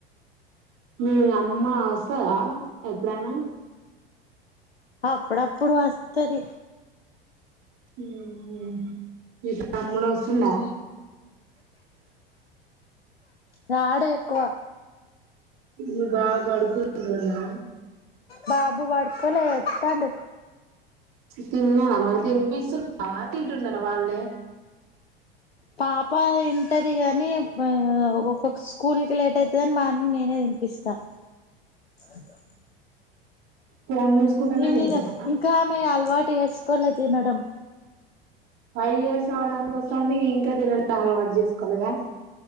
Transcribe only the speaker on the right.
మీ అమ్మ వస్తదా ఎప్పుడైనా
ఊహూ మీ తమ్ముడు వస్తుండా
మీ బావ పడుకుంటుండా
తిన్నారా మరి తినిపిస్సున్నవా తింటున్నారా వాళ్ళే
ఫోన్ చూసుకుంటేనే
తింటదా
ఫైవ్ ఇయర్స్ అవడానికి వస్సాంది ఇంకా తిన డం అలవాటు చేసుకోలేదా